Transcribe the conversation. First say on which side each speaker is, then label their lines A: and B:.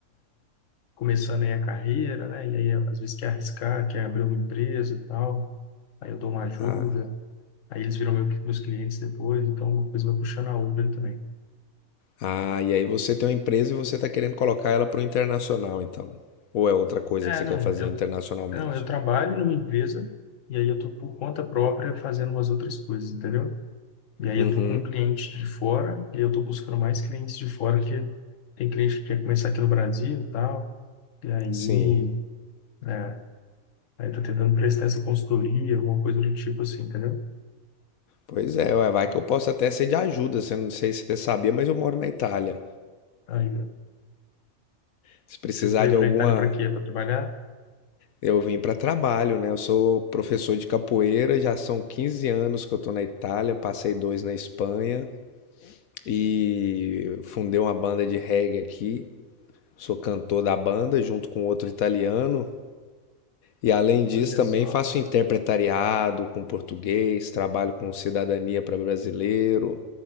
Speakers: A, on the left (about 65°); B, on the left (about 85°).
A: começando aí a carreira, né? E aí às vezes quer arriscar, quer abrir uma empresa e tal. Aí eu dou uma ajuda.
B: ah,
A: Aí eles viram meu, meus clientes depois. Então uma coisa vai puxando a outra ali também.
B: ah, e aí você tem uma empresa e você está querendo colocar ela para o internacional, então. Ou é outra coisa
A: É,
B: que você
A: não,
B: quer fazer
A: eu,
B: internacionalmente?
A: não, eu trabalho numa empresa e aí eu tô por conta própria fazendo umas outras coisas, entendeu? E aí
B: Uhum,
A: eu tô com um cliente de fora, e aí eu tô buscando mais clientes de fora, que tem cliente que quer começar aqui no Brasil e tal. E aí,
B: sim.
A: é, aí tô tentando prestar essa consultoria, alguma coisa do tipo assim, entendeu?
B: Pois é, ué, vai que eu posso até ser de ajuda. Você não sei se você sabia, mas eu moro na Itália.
A: Aí, ó,
B: Se precisar
A: você foi
B: de
A: para
B: alguma.
A: Itália para quê? Para trabalhar?
B: Eu vim para trabalho, né? Eu sou professor de capoeira, já são 15 anos que eu tô na Itália, passei dois na Espanha e fundei uma banda de reggae aqui. Sou cantor da banda junto com outro italiano. E além disso,
A: Olha
B: também
A: só,
B: faço interpretariado com português, trabalho com cidadania para brasileiro,